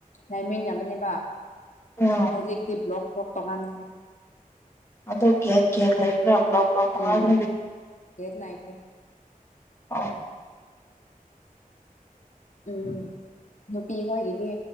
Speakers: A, on the left; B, on the left.
A: ꯂꯩꯃꯤꯟꯅꯕꯅꯦꯕ
B: ꯎꯝ
A: ꯍꯧꯖꯤꯛꯇꯤ ꯕ꯭ꯂꯣꯛ ꯕ꯭ꯂꯣꯛ ꯇꯣꯉꯥꯟꯗ꯭ꯔꯦ
B: ꯑꯣ ꯒꯦꯠ ꯒꯦꯠ ꯂꯩꯕ꯭ꯔꯥ ꯕ꯭ꯂꯣꯛ ꯕ꯭ꯂꯣꯛ ꯇꯉꯥꯏꯅ
A: ꯎꯝ ꯒꯦꯠ ꯂꯩꯈ꯭ꯔꯦ
B: ꯑ
A: ꯎꯝ ꯅꯨꯄꯤ ꯑꯣꯏꯒꯤꯗꯤ